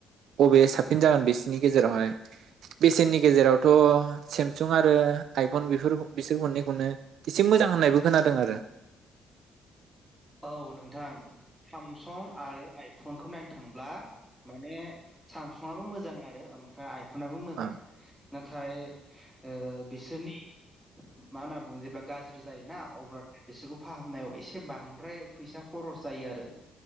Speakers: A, on the right; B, in the centre.
A: बबे साब फिन जागोन बिसिनि गेजेरावहाय बेसेननि गेजेरावथ' सेमसुं आरो आइफन बेफोर बिसोर मोननैखौनो एसे मोजां होननायबो खोनादों आरो
B: औ नोंथां सामसं आरो आइफनखौ नायनो थांब्ला माने सामसंआबो मोजां आरो ओमफ्राय आइ फनाबो मोजां
A: अ
B: ना थाइ ओ बिसोरनि मा होनना बुङो जेब्ला गाज्रि जायोना अब्ला बिसोरखौ फाहामनायाव एसे बांद्राय फैसा खरस जायो आरो